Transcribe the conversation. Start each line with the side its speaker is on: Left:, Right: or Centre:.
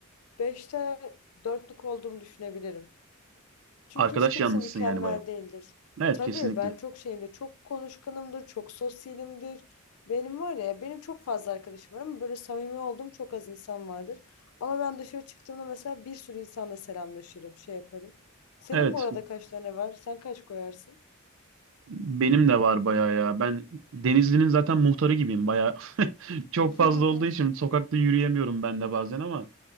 Left: beşte dörtlük olduğumu düşünebilirim. Çünkü
Right: Arkadaş
Left: hiç kimse
Right: yalnızsın
Left: mükemmel
Right: yani baya.
Left: değildir.
Right: Evet
Left: Tabii
Right: kesinlikle.
Left: ben çok şeyimdir, çok konuşkanımdır, çok sosyalimdir. Benim var ya, benim çok fazla arkadaşım var ama böyle samimi olduğum çok az insan vardır. Ama ben dışarı çıktığımda mesela bir sürü insanla selamlaşırım, şey yaparım. Senin
Right: Evet
Left: bu arada kaç tane var? Sen kaç koyarsın?
Right: benim de var baya ya. Ben Denizli'nin zaten muhtarı gibiyim baya. <laughs> Çok
Left: <laughs>
Right: fazla olduğu için sokakta yürüyemiyorum ben de bazen ama